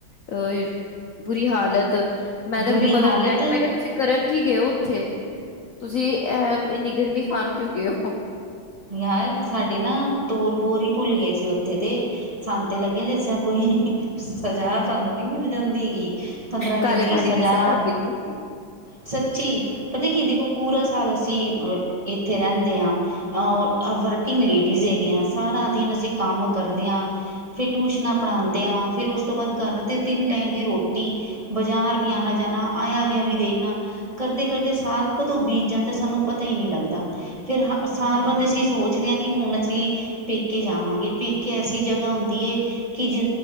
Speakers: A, on the left; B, on the right.
A: ਅ ਬੁਰੀ ਹਾਲਤ ਮੈਂ ਤਾਂ
B: ਬੁਰੀ
A: ਆਪਣੀ ਮਦਰ
B: ਹਾਲਤ
A: ਨੂੰ ਕਹਿ ਮੈਂ ਕਿਹਾ ਤੁਸੀਂ ਕਰਨ ਕੀ ਗਏ ਹੋ ਉੱਥੇ ਤੁਸੀਂ ਅਹ ਇੰਨੀ ਗਰਮੀ ਖਾਨ ਕਿਉਂ ਗਏ ਹੋ।
B: ਯਾਰ ਸਾਡੇ ਨਾ ਤੋਰ ਬੋਰ ਹੀ ਭੁੱਲ ਗਏ ਸੀ ਉੱਥੇ ਤੇ ਸਾਨੂੰ ਤੇ ਲੱਗਿਆ ਜਿਸ ਤਰ੍ਹਾਂ ਕੋਈ ਸਜਾ ਸਾਨੂੰ ਨੀ ਮਿਲ ਜਾਂਦੀਗੀ ਪੰਦਰਾਂ ਦਿਨ
A: ਕਾਲੇ
B: ਦੀ
A: ਪਾਣੀ
B: ਸਜ਼ਾ
A: ਮਿਲੀ
B: ਸੱਚੀ, ਪਤਾ ਕੀ ਦੇਖੋ ਪੂਰਾ ਸਾਲ ਅਸੀ ਏਥੇ ਰੈਂਦੇ ਆਂ। ਓਰ ਐ ਵਰਕਿੰਗ ਲੇੜੀਜ਼ ਹੈਗੀਆਂ, ਸਾਰਾ ਦਿਨ ਅਸੀਂ ਕੰਮ ਕਰਦੇ ਆਂ ਫਿਰ ਟੂਸ਼ਨਾਂ ਪੜ੍ਹਾਂਦੇਆਂ, ਫਿਰ ਉਸ ਤੋਂ ਬਾਦ ਘਰ ਦੇ ਤਿੰਨ ਟਾਈਮ ਦੀ ਰੋਟੀ ਬਜਾਰ ਵੀ ਆਨਾ ਜਾਨਾ ਆਏਆ ਗੇਆ ਵੀ ਦੇਖਨਾ ਕਰਦੇ, ਕਰਦੇ ਸਾਲ ਕਦੋਂ ਬੀਤ ਜਾਂਦਾ ਸਾਨੂੰ ਪਤਾ ਈ ਨੀ ਲੱਗਦਾ, ਫੇਰ ਹਾ ਸਾਲ
A: ਹਮ
B: ਵੱਧ ਅਸੀਂ ਸੋਚਦੇ ਹਾਂ ਕਿ ਹੁਣ ਅਸੀਂ ਪੇਕੇ ਜਾਵਾਂਗੇ ਪੇਕੇ ਐਸੀ ਜਗ੍ਹਾ ਹੁੰਦੀ ਹੈ। ਕਿ ਜਿ